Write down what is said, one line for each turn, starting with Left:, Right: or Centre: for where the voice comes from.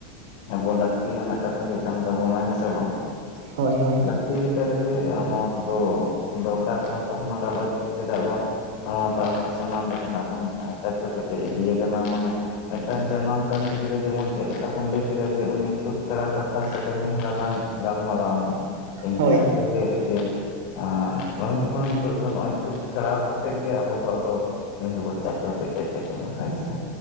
Left: ᱟᱵᱚ ᱞᱟᱹᱠᱛᱤᱭᱟᱱᱟᱜ ᱠᱟᱛᱷᱟ ᱜᱮ ᱠᱟᱱ ᱛᱟᱵᱚᱱᱟ ᱦᱮᱸ ᱥᱮ ᱵᱟᱝ?
Right: ᱦᱳᱭ ᱦᱳᱭ
Left: ᱪᱮ ᱞᱮᱠᱟ ᱨᱮᱜᱮ ᱱᱚᱣᱟ ᱠᱚᱫᱚ ᱫᱚᱨᱠᱟᱨ ᱠᱟᱱ ᱛᱟᱵᱚᱱᱟ ᱜᱟᱞᱚᱪ ᱪᱮᱫᱟᱜ ᱵᱟᱝ ᱱᱚᱣᱟ ᱫᱚ ᱟᱵᱚ ᱥᱟᱱᱟᱢ ᱞᱮᱠᱟᱱᱟᱜ ᱵᱚᱱ ᱪᱟᱪᱳ ᱠᱮᱴᱮᱡ ᱤᱫᱤᱭᱮ ᱠᱟᱱᱟ ᱢᱟᱱᱮ ᱢᱤᱫᱴᱟᱝ ᱡᱟᱱᱟᱢ ᱠᱟᱱ ᱜᱤᱫᱽᱨᱟᱹ ᱡᱮᱢᱚᱱ ᱪᱮᱫ ᱞᱮᱠᱟ ᱵᱚᱱ ᱞᱟᱹᱭ ᱠᱮᱫᱟ ᱡᱮ ᱩᱱᱤ ᱪᱷᱩᱸᱛ ᱯᱷᱮᱲᱟ ᱠᱟᱛᱷᱟ ᱥᱮ ᱠᱟᱹᱢᱤ ᱦᱚᱨᱟ ᱞᱟᱝ ᱜᱟᱞᱢᱟᱨᱟᱣᱱᱟ ᱤᱱᱠᱟᱹ
Right: ᱦᱳᱭ
Left: ᱠᱟᱛᱮ ᱜᱮ ᱡᱮ ᱟᱨ ᱱᱩᱭ ᱦᱚᱸ ᱱᱤᱛᱚᱜ ᱫᱚ ᱱᱚᱜᱼᱚᱭ ᱪᱷᱩᱸᱛ ᱯᱷᱮᱲᱟᱣ ᱠᱟᱛ ᱛᱮᱜ ᱜᱮ ᱟᱵᱚ ᱫᱚ ᱟᱫᱚ ᱱᱩᱭ ᱦᱚᱸᱵᱚᱱ ᱪᱟᱪᱚ ᱠᱮᱴᱮᱡᱮ ᱠᱟᱱᱟ ᱦᱳᱭ ᱥᱮ